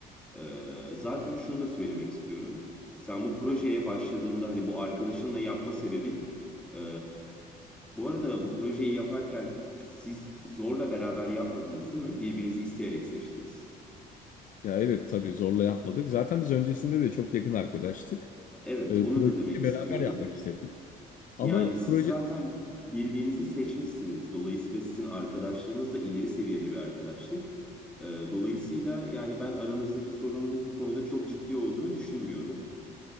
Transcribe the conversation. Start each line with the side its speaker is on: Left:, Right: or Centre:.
Centre: Ee, zaten şunu da söylemek istiyorum. Sen bu projeye başladığında hani bu arkadaşınla yapma sebebin ee, bu arada bu projeyi yaparken siz zorla beraber yapmadınız değil mi? Birbirinizi isteyerek seçtiniz.
Left: Ya evet tabii zorla yapmadık. Zaten biz öncesinde de çok yakın arkadaştık.
Centre: Evet,
Left: E,
Centre: onu
Left: projeyi
Centre: da demek istiyorum.
Left: beraber yapmak istedik.
Centre: Yani
Left: Ama
Centre: siz
Left: proje
Centre: zaten birbirinizi seçmişsiniz. Dolayısıyla sizin arkadaşlığınız da ileri seviyede bir arkadaşlık. Ee, dolayısıyla yani ben aranızdaki sorunun bu konuda çok ciddi olduğunu düşünmüyordum.